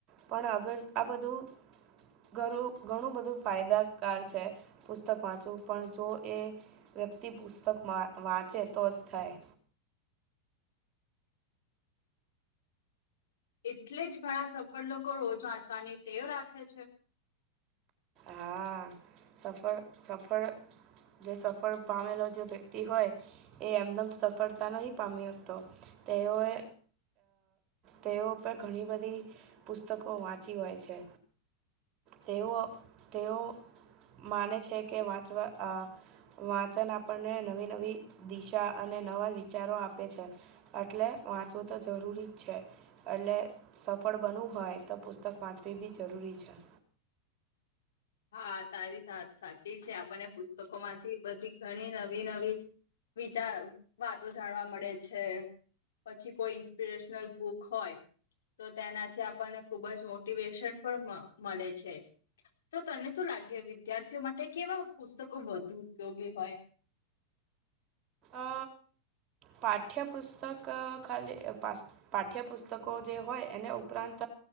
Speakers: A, on the right (about 30°); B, on the left (about 60°).
A: પણ અગર આ બધું ઘરું ઘણું બધું ફાયદાકાર છે. પુસ્તક વાંચવું પણ જો એ વ્યક્તિ પુસ્તક વા વાંચે તો જ થાય
B: એટલે જ ઘણા સફળ લોકો રોજ વાંચવાની ટેવ રાખે છે
A: હા સફળ સફળ જે સફળ પામેલો જે વ્યક્તિ હોય એ એમદમ સફળતા નહી પામી હતો તેઓએ તેઓ પર ઘણી બધી પુસ્તકો વાંચી હોય છે તેઓ તેઓ માને છે કે વાંચવા? અ વાંચન આપણને નવી નવી દિશા અને નવા વિચારો આપે છે એટલે વાંચવું તો જરૂરી જ છે એટલે સફળ બનવું હોય તો પુસ્તક વાંચવી બી જરૂરી છે
B: હા તારી સા સાચી છે આપણને પુસ્તકો માંથી બધી ઘણી નવી નવી વિચાર વાતો જાણવા મળે છે પછી કોઈ ઇન્સ્પિરેશનલ બુક હોય તો તેનાથી આપણને ખુબ જ મોટિવેશન પણ મળે છે તો તને શું લાગે વિદ્યાર્થીઓ માટે કે એવા પુસ્તકો વધુ ઉપયોગી હોય
A: અ પાઠ્યપુસ્તક ખાલી પાસ પાઠ્યપુસ્તકો જે હોય એને ઉપરાંત